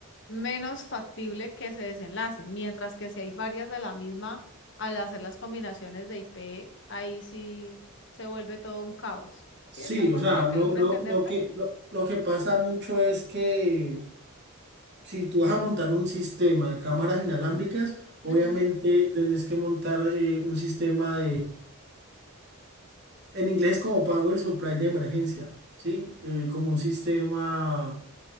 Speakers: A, on the left (about 55°); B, on the right (about 50°).
A: menos factible que se desenlace, mientras que si hay varias de la misma, al hacer las combinaciones de IP, ahí sí se vuelve todo un caos. ¿Sí?
B: Sí,
A: ¿Es algo
B: o
A: así
B: sea,
A: lo
B: lo,
A: que logro
B: lo,
A: entenderte?
B: lo que, lo, lo que pasa mucho es que si tú vas a montar un sistema de cámaras inalámbricas, obviamente
A: Ujú.
B: tenés que montar eh, un sistema En inglés es como Power Supply de emergencia, ¿sí? Eh, como un sistema,